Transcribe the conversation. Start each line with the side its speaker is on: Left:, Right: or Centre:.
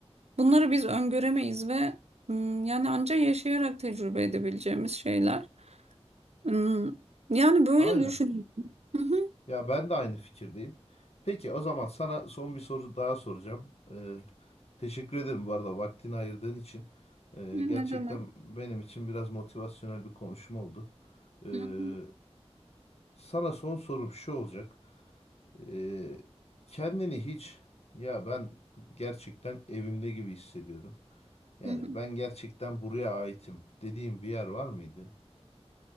Right: Bunları biz öngöremeyiz ve hmm, yani ancak yaşayarak tecrübe edebileceğimiz şeyler. Hmm, Yani böyle
Left: Aynen.
Right: düşünüyorum. Hı hı.
Left: Ya ben de aynı fikirdeyim. Peki o zaman sana son bir soru daha soracağım. Ee, teşekkür ederim bu arada vaktini ayırdığın için. Ee,
Right: Ne
Left: gerçekten
Right: demek?
Left: benim için biraz motivasyonel bir konuşma oldu. Ee,
Right: Hı hı,
Left: sana son sorum şu olacak. Ee, kendini hiç ya ben gerçekten evimde gibi hissediyorum. Yani
Right: hı hı.
Left: ben gerçekten buraya aitim dediğim bir yer var mıydı?